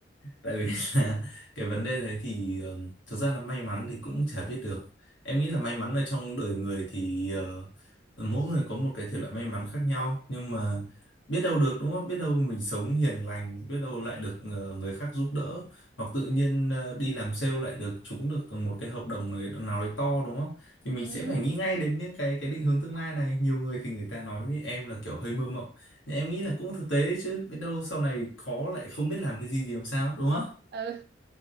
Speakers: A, on the left; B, on the right.
A: tại vì <laughs> là cái vấn đề đấy thì ờ, thực ra là may mắn thì cũng chả biết được em nghĩ là may mắn ở trong đời người thì ờ, mỗi người có một cái thể loại may mắn khác nhau nhưng mà biết đâu được đúng không biết đâu mình sống hiền lành biết đâu lại được ờ, người khác giúp đỡ hoặc tự nhiên ờ, đi làm sale lại được trúng được một cái hợp đồng nào nào đấy to đúng không
B: <laughs>
A: thì mình
B: ừ.
A: sẽ phải nghĩ ngay đến những cái cái định hướng tương lai này nhiều người thì người ta nói với em là kiểu hơi mơ mộng thì em nghĩ là cũng thực tế đấy chứ biết đâu sau này có lại không biết làm cái gì thì làm sao đúng không?
B: ừ